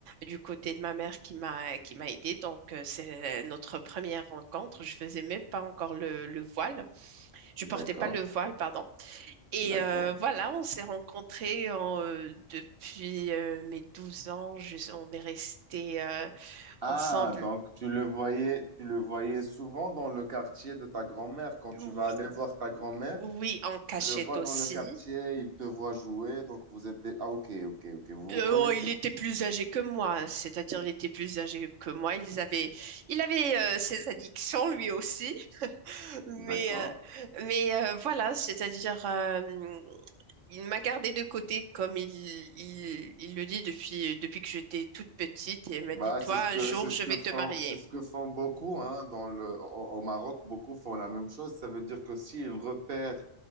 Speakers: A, on the right; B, on the right.
A: du côté de ma mère qui m'a qui m'a aidée. Donc, euh, c'est euh, notre première rencontre. Je faisais même pas encore le, le voile. Je
B: D'accord,
A: portais pas le voile, pardon. Et
B: d'accord.
A: euh, voilà, on s'est rencontrés en, euh, depuis euh, mes 12 ans. Je- on est restés euh, ensemble.
B: Ah, donc tu le voyais, tu le voyais souvent dans le quartier de ta grand-mère. Quand tu
A: Oui,
B: vas aller voir ta grand-mère,
A: oui, en cachette
B: tu le vois
A: aussi.
B: dans le quartier, il te voit jouer, donc vous êtes des... Ah, ok, ok, ok. Vous
A: Euh,
B: vous connaissez.
A: oh, il était plus âgé que moi, c'est-à-dire il était plus âgé que moi. Il avait, il avait euh, ses addictions lui aussi, mais,
B: D'accord.
A: euh, mais euh, voilà, c'est-à-dire euh, il m'a gardé de côté comme il, il, il le dit depuis, depuis que j'étais toute petite et il m'a
B: Bah,
A: dit, toi,
B: c'est ce
A: un
B: que
A: jour,
B: c'est ce
A: je
B: que
A: vais
B: font
A: te marier.
B: c'est ce que font beaucoup hein, dans le au, au Maroc beaucoup font la même chose ça veut dire que s'ils repèrent